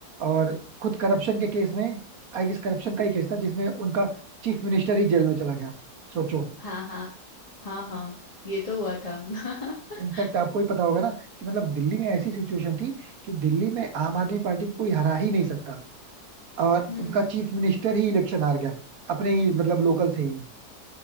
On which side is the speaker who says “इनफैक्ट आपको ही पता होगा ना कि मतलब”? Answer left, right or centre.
Right